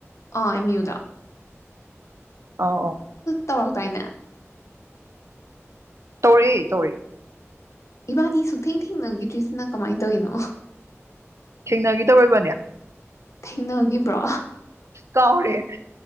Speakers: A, on the left; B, on the right.
A: ꯑꯥ ꯑꯦꯝ ꯌꯨꯗ
B: ꯑ ꯑ
A: ꯇꯧꯔꯛꯇꯣꯏꯅꯦ
B: ꯇꯧꯔ ꯇꯧꯔ
A: ꯏꯕꯥꯅꯤ ꯁꯨꯛꯊꯦꯡ ꯊꯦꯡꯅꯈꯤꯗ꯭ꯔꯤꯁꯤꯅ ꯀꯃꯥꯏꯅ ꯇꯧꯔꯤꯅꯣ
B: ꯊꯦꯡꯅꯈꯤ ꯇꯧꯕꯅꯦ
A: ꯊꯦꯡꯅꯈꯤꯕ꯭ꯔꯣ
B: ꯀꯥꯎꯅꯦꯦ